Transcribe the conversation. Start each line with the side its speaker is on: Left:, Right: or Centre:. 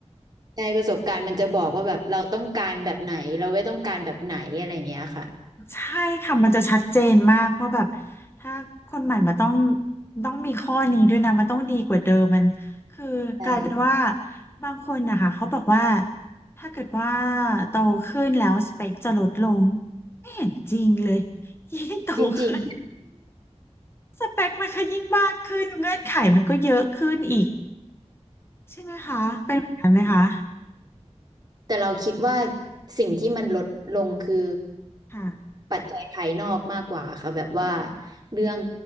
Right: ๆในประสบการณ์มันจะบอกว่าแบบเราต้องการแบบไหนเราไม่ต้องการแบบไหนอะไรอย่างเงี้ยค่ะ
Left: ใช่ค่ะมันจะชัดเจนมากว่าแบบถ้าคนใหม่มาต้องต้องมีข้อนี้ด้วยนะมันต้องดีกว่าเดิมมันคือกลายเป็นว่า
Right: ใช่
Left: บางคนนะคะเขาบอกว่าถ้าเกิดว่าโตขึ้นแล้วสเปคจะลดลงไม่เห็นจริงเลยยิ่งโตขึ้น
Right: ไม่จริง
Left: สเปคมันก็ยิ่งมากขึ้นเงื่อนไขมันก็เยอะขึ้นอีกใช่ไหมคะเป็นเหมือนกันไหมคะ
Right: แต่เราคิดว่าสิ่งที่มันลดลงคือ
Left: ค่ะ
Right: ปัจจัยภายนอกมากกว่าค่ะแบบว่า
Left: อืม
Right: เรื่อง